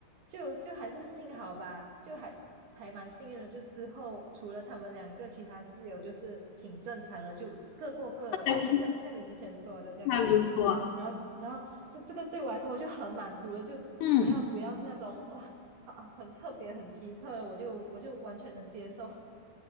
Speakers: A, on the right; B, on the left.
A: 就就还是幸好吧，就还还蛮幸运的。就之后除了他们两个，其他室友就是挺正常的，就各过各的，
B: 还不
A: 就像像你之前说的这样子。
B: 还不错。
A: 然后然后这这个对我来说我就很满足了，就只要不要是那种哇啊很特别很奇特的，
B: 嗯，
A: 我就我就完全能接受。<laughs>